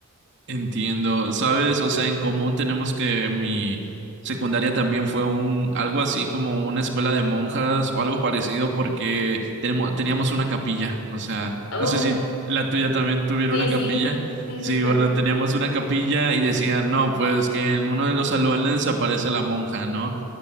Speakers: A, on the right (about 55°); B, on the left (about 70°).
A: Entiendo, ¿sabes? O sea, en común tenemos que mi secundaria también fue un algo así como una escuela de monjas o algo parecido porque tenemos teníamos una capilla, o sea,
B: Uf,
A: no sé si la tuya también tuviera
B: sí,
A: una
B: sí,
A: capilla.
B: sí,
A: Sí,
B: justo.
A: bueno, teníamos una capilla y decían, "No, pues que en uno de los salones aparece la monja, ¿no?